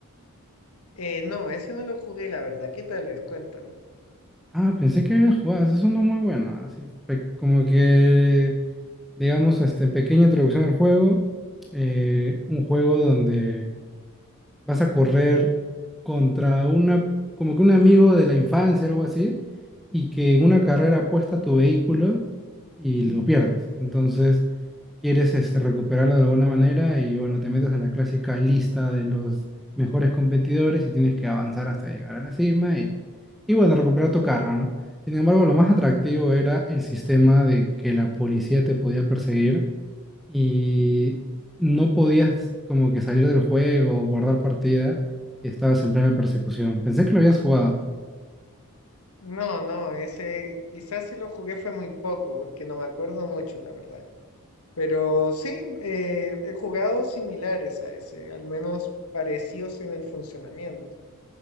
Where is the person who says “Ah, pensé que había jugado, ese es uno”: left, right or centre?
Centre